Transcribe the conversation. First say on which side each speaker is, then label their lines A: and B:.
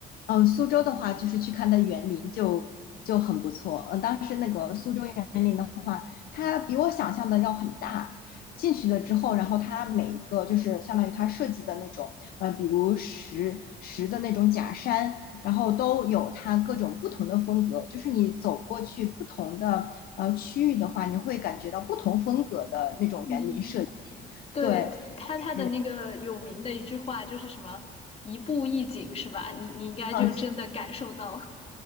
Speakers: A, on the left; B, on the left.
A: 嗯，苏州的话，就是去看它园林就就很不错。嗯，当时那个苏州园林的话，它比我想象的要很大。进去了之后，然后它每一个就是相当于它设计的那种，呃，比如石石的那种假山，然后都有它各种不同的风格。就是你走过去不同的呃区域的话，你会感觉到不同风格的那种园林设计。
B: 嗯，对，
A: 对，
B: 他他的那个有名的一句话就是什么“一步一景”是吧？
A: 是
B: 你你应该就真的感受到
A: 嗯，